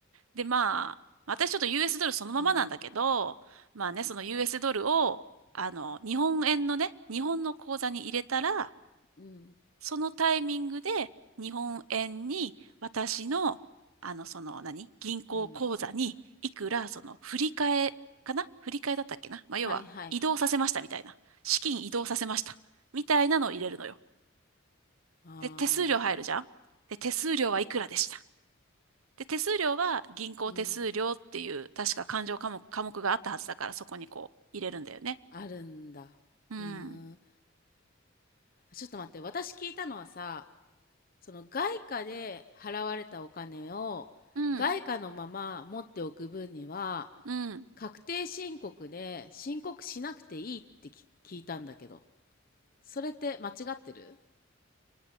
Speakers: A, on the right (about 90°); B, on the left (about 45°).
A: で、まあ、私ちょっと US ドルそのままなんだけど、
B: うん
A: まあね、その US ドルを、あの、日本円のね、日本の口座に入れたら、
B: うん
A: そのタイミングで日本円に私の、あの、その何、銀行口座にいくら、
B: うん
A: その振り替えかな振り替えだったっけなまあ、
B: はいはい
A: 要は移動させましたみたいな。資金移動させました。みたいなのを入れるのよ。
B: ああ
A: で、手数料入るじゃんで、手数料はいくらでした。で、手数料は銀行手数料っていう、
B: うん
A: 確か勘定科目、科目があったはずだから、そこにこう入れるんだよね。
B: あるんだ。
A: うん。
B: うーん。ちょっと待って、私聞いたのはさ、その外貨で払われたお金を外貨のまま持っておく分には、
A: うん。うん。
B: 確定申告で申告しなくていいってき聞いたんだけど、それって間違ってる